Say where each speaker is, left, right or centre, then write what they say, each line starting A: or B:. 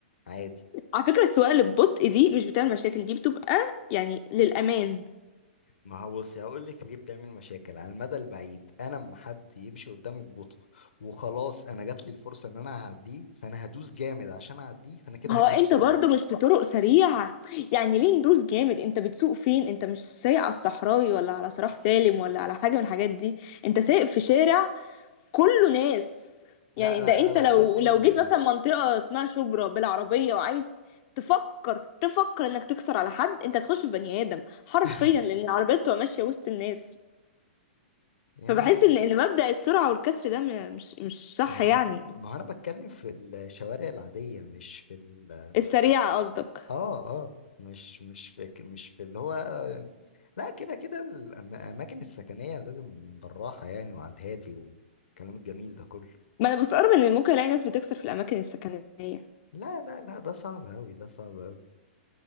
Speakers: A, on the left (about 80°); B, on the left (about 40°).
A: عادي
B: على فكرة السواقة اللي ببطء دي مش بتعمل مشاكل دي بتبقى يعني للأمان
A: ما هو بصي هقول لك ليه بتعمل مشاكل على المدى البعيد انا اما حد يمشي قدامي ببطء وخلاص انا جات لي الفرصه ان انا هعديه فانا هدوس جامد عشان اعديه فانا كده
B: هو
A: هجري
B: انت
A: بسرعه
B: برضه مش في طرق سريعة يعني ليه ندوس جامد انت بتسوق فين انت مش سايق على الصحراوي ولا على صلاح سالم ولا على حاجة من الحاجات دي انت سايق في شارع كله ناس
A: لا
B: يعني
A: لا
B: ده انت
A: انا بتكلم
B: لو لو جيت مثلا منطقة اسمها شبرا بالعربية وعايز تفكر تفكر انك تكسر على حد انت تخش في بني ادم حرفيا
A: <laughs>
B: لان العربيات بتبقى ماشية وسط الناس
A: يعني
B: فبحس ان ان مبدأ السرعة والكسر ده م- مش مش صح
A: ما
B: يعني
A: ما هو انا بتكلم في الشوارع العاديه مش في ال...
B: السريعة قصدك
A: اه اه مش مش فاكر مش في اللي هو يعني، لا كده كده الأماكن السكنية لازم بالراحة يعني وعلى الهادي والكلام الجميل ده كله
B: ما انا بستغرب ان ممكن الاقي ناس بتكسر في الاماكن السكنية
A: لا لا لا ده صعب أوي ده صعب أوي